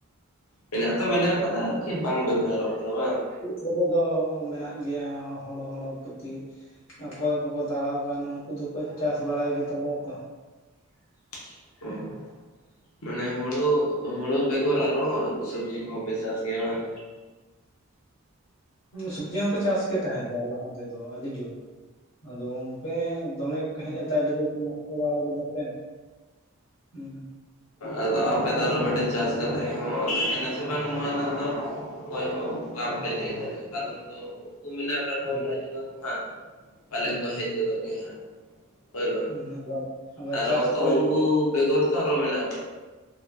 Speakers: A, on the left; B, on the left.
A: ᱢᱮᱱᱟᱜ ᱫᱚ ᱢᱮᱱᱟᱜ ᱠᱟᱫᱟ ᱟᱨᱠᱤ ᱵᱟᱝ ᱵᱮᱵᱚᱦᱟᱨᱚᱜ ᱠᱟᱱᱟ ᱵᱟᱝ,
B: ᱥᱮᱞᱳ ᱫᱚ ᱢᱮᱱᱟᱜ ᱜᱮᱭᱟ ᱦᱳᱲᱚ ᱦᱚᱲᱚ ᱯᱩᱛᱤ ᱚᱠᱚᱭ ᱠᱚᱠᱚ ᱫᱟᱲᱟ ᱠᱟᱱᱟ ᱩᱱᱠᱩ ᱫᱚᱠᱚ ᱪᱟᱥ ᱵᱟᱲᱟᱭ ᱜᱮᱛᱟᱞᱮᱭᱟ ᱛᱚ,
A: ᱦᱮᱸ
B: ᱦᱩᱸ
A: ᱢᱟᱱᱮ ᱦᱩᱲᱩ ᱦᱩᱲᱩ ᱵᱮᱜᱚᱨ ᱟᱨᱚ ᱥᱚᱵᱡᱤ ᱠᱚᱦᱚᱸᱯᱮ ᱪᱟᱥ ᱜᱮᱭᱟ ᱵᱟᱝ?
B: ᱥᱚᱵᱽᱡᱤ ᱦᱚᱸᱠᱚ ᱪᱟᱥ ᱜᱮ ᱛᱟᱦᱮᱸᱫ ᱞᱟᱦᱟ ᱛᱮᱫᱚ ᱟᱹᱰᱤ ᱡᱳᱨ, ᱟᱫᱚ ᱜᱚᱝᱠᱮ ᱫᱚᱢᱮ ᱦᱮᱡᱛᱮᱫ ᱟᱹᱰᱤ ᱡᱳᱨ ᱠᱚ ᱱᱚᱥᱴᱚ ᱵᱟᱲᱟ ᱠᱮᱫᱟ ᱥᱮ, ᱦᱩᱸ
A: ᱟᱫᱚ ᱟᱯᱮ
B: ᱦᱩᱸ
A: ᱫᱚ ᱟᱨᱚ ᱢᱮᱴᱮᱡ ᱪᱟᱥ ᱠᱟᱛᱮ ᱦᱚᱸ ᱛᱟᱦᱮᱱᱟ ᱥᱮ ᱵᱟᱝ ᱱᱚᱣᱟ ᱨᱮᱱᱟᱜ ᱫᱚ ᱚᱠᱚᱭ ᱦᱚᱸ, ᱵᱟᱯᱮ
B: ᱦᱮᱸ
A: ᱞᱟᱹᱭ ᱫᱟᱲᱮᱟ ᱠᱟᱨᱚᱱ ᱫᱚ ᱩᱠᱩ ᱢᱮᱱᱟ, <unintelligible>
B: ᱟᱵᱟᱨ
A: ᱡᱟᱸᱜᱟ ᱠᱚᱦᱟᱸᱜ ᱯᱟᱞᱮ
B: ᱦᱮᱸ
A: ᱠᱚ ᱦᱮᱡ
B: ᱦᱮᱸ
A: ᱜᱚᱫᱚᱜ ᱜᱮ ᱦᱟᱸᱜ, ᱦᱳᱭ ᱦᱳᱭ
B: ᱦᱩᱸ ᱟᱵᱟᱨ ᱟᱵᱟᱨ
A: ᱟᱨᱚ
B: ᱪᱟᱥ
A: ᱛᱚ
B: ᱯᱚᱨᱮ
A: ᱩᱱᱠᱩ
B: ᱡᱩᱫᱤ
A: ᱵᱮᱜᱚᱨ ᱛᱚ ᱟᱨᱚ ᱢᱮᱱᱟᱜ ᱟᱠᱟᱫ